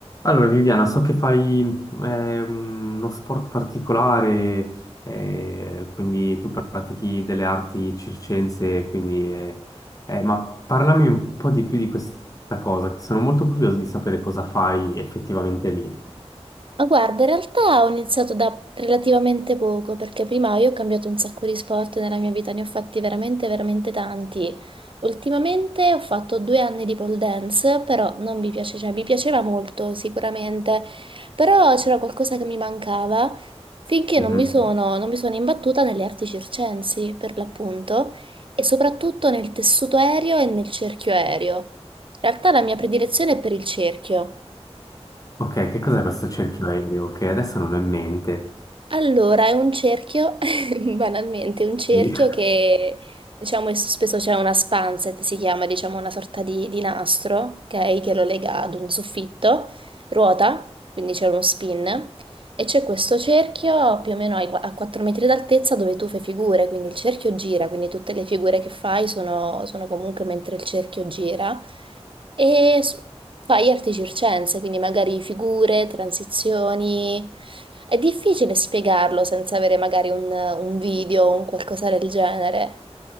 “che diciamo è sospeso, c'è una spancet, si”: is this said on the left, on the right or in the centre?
Right